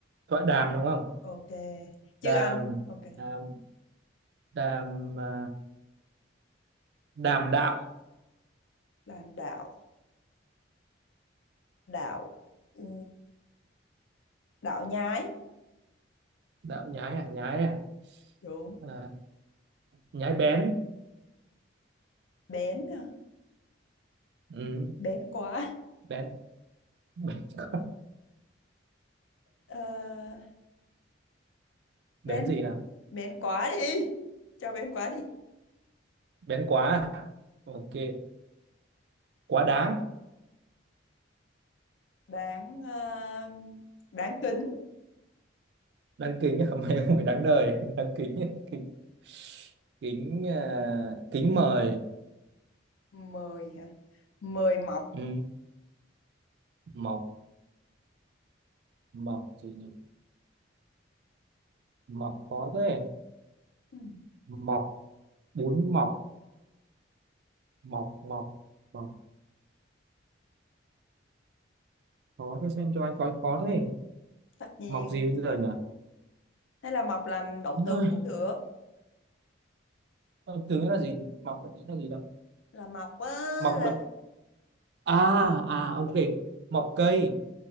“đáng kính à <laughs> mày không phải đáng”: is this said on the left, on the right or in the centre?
Right